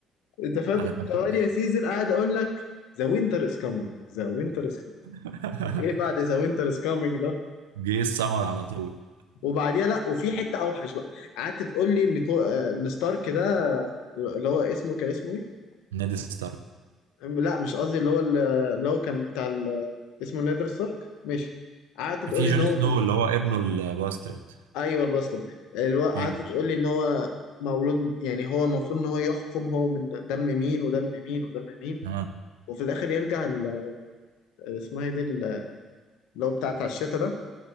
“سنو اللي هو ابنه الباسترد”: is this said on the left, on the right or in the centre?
Right